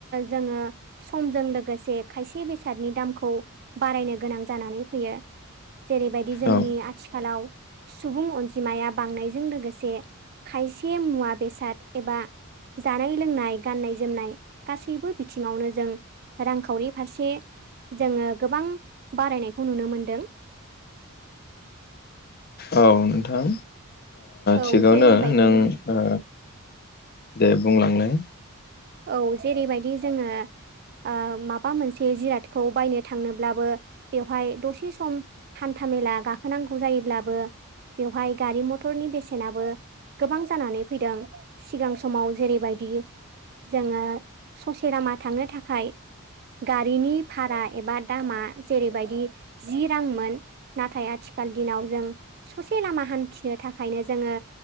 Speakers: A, on the right; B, on the left.
A: जोङो समजों लोगोसे खायसे बेसादनि दामखौ बारायनो गोनां जानानै फैयो। जेरैबायदि जोंनि
B: औ
A: आथिखालाव सुबुं अनजिमाया बांनायजों लोगोसे खायसे मुवा बेसाद एबा जानाय लोंनाय गाननाय जोमनाय गासैबो बिथिङावनो जों रांखावरि फारसे जोङो गोबां बारायनायखौ नुनो मोनदों।
B: औ नोंथां
A: औ
B: थिगावनो
A: जेरैबायदि
B: नों ओ दे बुंलांलाय
A: औ जेरैबायदि जोङो ओ माबा मोनसे जिरादखौ बायनो थांनोब्लाबो बेवहाय दसे सम हान्थामेला गाखोनांगौ जायोब्लाबो बेवहाय गारि मथरनि बेसेनाबो गोबां जानानै फैदों। सिगां समाव जेरैबायदि जोङो ससे लामा थांनो थाखाय गारिनि भारा एबा दामा जेरैबायदि जि रांमोन नाथाय आथिखाल दिनाव जों ससे लामा हान्थिनो थाखायनो जोङो